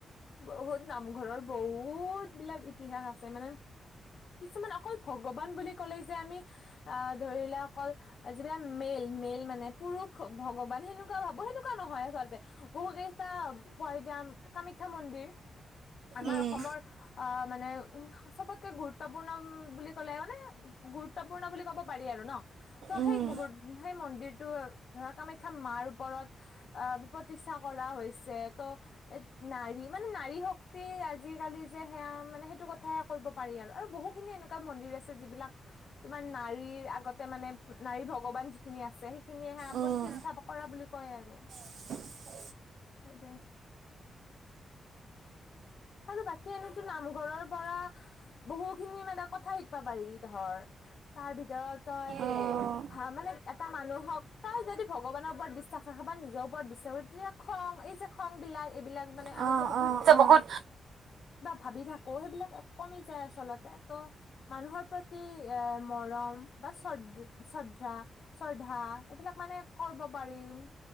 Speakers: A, on the left; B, on the right.
A: বহুত নামঘৰৰ বহুত বিলাক ইতিহাস আছে মানে কিছুমান অকল ভগৱান বুলি ক'লেই যে আমি এ ধৰি লোৱাঅকল যিবিলাক মেল মেইল মানে পুৰুষ ভগৱান সেনেকুৱা ভাবো সেনেকুৱা নহয় আচলতে বহু কেইটা প যাম কামাখ্যা মন্দিৰ। আমাৰ
B: উম,
A: অসমৰ অঁ মানে উ চবতকে গুৰুত্বপূৰ্ণ বুলি ক'লে মানে গুৰুত্বপূৰ্ণ বুলি ক'ব পাৰি আৰু ন' ত'
B: উম,
A: সেই গু সেই মন্দিৰটো ধৰা কামাখ্যা মা ওপৰত অ' প্ৰতিষ্ঠা কৰা হৈছে ত নাৰী মানে নাৰী শক্তি আজিকালি যে সেয়া মানে সেইটো কথাই কৰিব পাৰি আৰু আৰু বহুখিনি এনেকুৱা মন্দিৰ আছে যিবিলাক তোমাৰ নাৰীৰ আগতে মানে ফু নাৰী ভগৱান যিখিনি আছে সেইখিনি সেয়া
B: উম।
A: প্ৰতিষ্ঠা কৰা বুলি কয় আৰু।
B: <unintelligible>
A: সেই টোৱেই আৰু বাকী এনেইতু নামঘৰৰ পৰা বহু খিনি মানে, কথা শিকবা পাৰি ধৰ, তাৰ ভিতৰত তই
B: অ',
A: ভা মানে এটা মানুহক তই যদি ভগৱানৰ ওপৰত বিশ্বাস ৰাখা বা নিজৰ ওপৰত বিশ্বাস ৰাখা তেতিয়া খ ং এই যে খং বিলাক এইবিলাক মানে
B: অ',
A: আমি যে বহু
B: অ', যে বহুত
A: ভাবি থাকো সেইবিলাক এ কমি যায় আচলতে ত' মানুহৰ প্ৰতি এ মৰম বা চৰধ চতৰ্ধা শ্ৰদ্ধা এইবিলাক মানে কৰব পাৰিম।